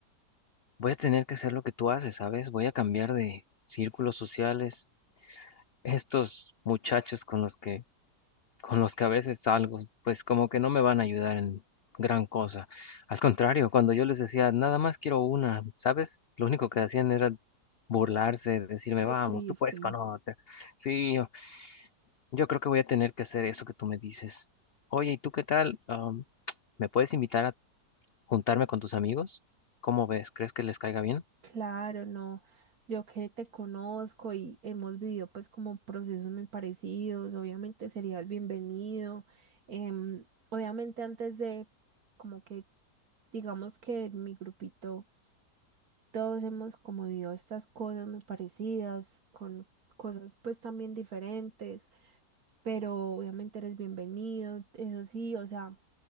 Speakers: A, on the left (about 70°); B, on the right (about 60°).
A: Voy a tener que hacer lo que tú haces, ¿sabes? Voy a cambiar de círculos sociales. Estos muchachos con los que, con los que a veces salgo, pues como que no me van a ayudar en gran cosa. Al contrario, cuando yo les decía, nada más quiero una, ¿sabes? Lo único que hacían era burlarse, decirme,
B: Qué
A: vamos,
B: triste.
A: tú puedes con otra. Sí, yo, yo creo que voy a tener que hacer eso que tú me dices. Oye, ¿y tú qué tal? Um, ¿me puedes invitar a juntarme con tus amigos? ¿Cómo ves? ¿Crees que les caiga bien?
B: Claro, no. Yo que te conozco y hemos vivido pues como procesos muy parecidos, obviamente serías bienvenido. Em, obviamente antes de como que digamos que en mi grupito todos hemos como vivido estas cosas muy parecidas, con cosas pues también diferentes, pero obviamente eres bienvenido, eso sí, o sea.